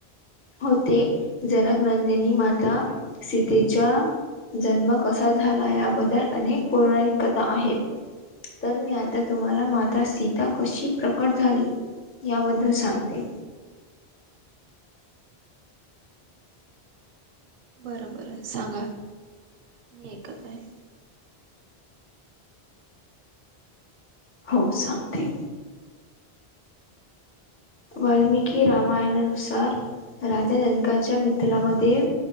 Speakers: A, on the left (about 15°); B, on the right (about 60°).
A: होते जनक नंदिनी माता सीतेच्या जन्म कसा झाला याबद्दल अनेक पौराणणिक कथा आहेत. तर मी आता तुम्हाला मात्रा सीता कशी प्रकट झाली. याबद्दल सांगते.
B: बरं बरं सांगा मी ऐकत आहे.
A: हो सांगते वाल्मिकी रामायणानुसार राजा जनकाच्या मित्रमध्ये